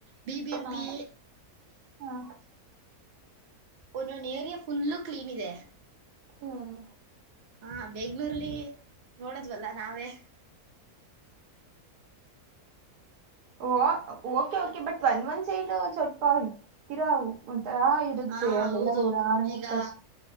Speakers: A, on the right; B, on the right.
A: ಬಿ ಬಿ
B: ಹ
A: ಎಂ ಪಿ
B: ಹ
A: ಒಂದೊಂದು ಏರಿಯಾ ಫುಲ್ಲು ಕ್ಲೀನ್ ಇದೆ
B: ಹ್ಮ್
A: ಹಾ ಬೆಂಗ್ಳೂರ್ಲ್ಲಿ ನೋಡದ್ವಲ್ಲ ನಾವೇ
B: ಓ ಓಕೆ ಓಕೆ ಬಟ್ ಒಂದ ಒಂದ್ ಸೈಡ್ ಸ್ವಲ್ಪತೀರಾ ಒಂಥರಾ ಇರುತ್ತೆ
A: ಹಾ
B: ಅಲ್ಲಲ್ಲ
A: ಹೌದು
B: ಓಡಾಡ
A: ಈಗ
B: ಕಷ್ಟ